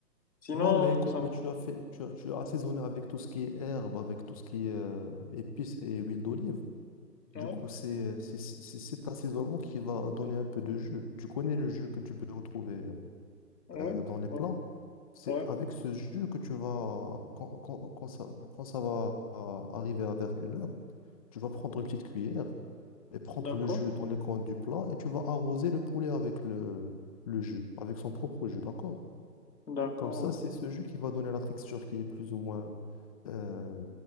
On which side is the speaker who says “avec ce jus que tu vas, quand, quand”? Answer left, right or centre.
Left